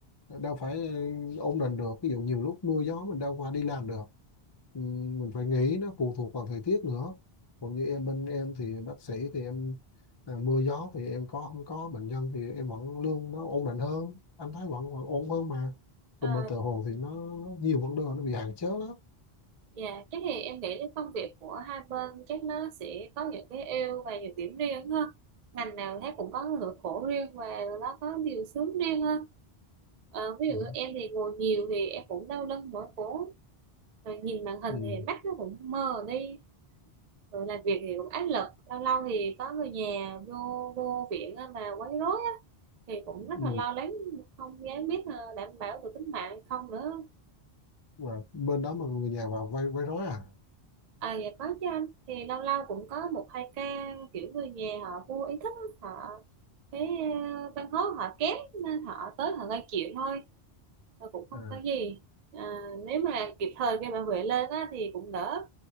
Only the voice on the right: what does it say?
Ờ,
dạ chắc thì em nghĩ cái công việc của hai bên chắc nó sẽ có những cái ưu và nhược điểm riêng ha ngành nào thấy cũng có nỗi khổ riêng và nó có điều sướng riêng ha Ờ, ví
dụ như em thì ngồi nhiều thì em cũng đau lưng mỏi cổ rồi nhìn màn hình
thì mắt nó cũng mờ đi rồi làm việc thì cũng áp lực lâu lâu thì có người nhà vô vô viện á mà quấy rối á thì cũng rất
là lo lắng không dám biết là đảm bảo được tính mạng hay không nữa
à dạ có chứ anh thì lâu lâu cũng có một hai ca kiểu người nhà họ vô ý thức á, họ cái ờ, văn hóa họ kém nên họ tới họ gây chuyện thôi và cũng không
có gì à, nếu mà kịp thời kêu bảo vệ lên á thì cũng đỡ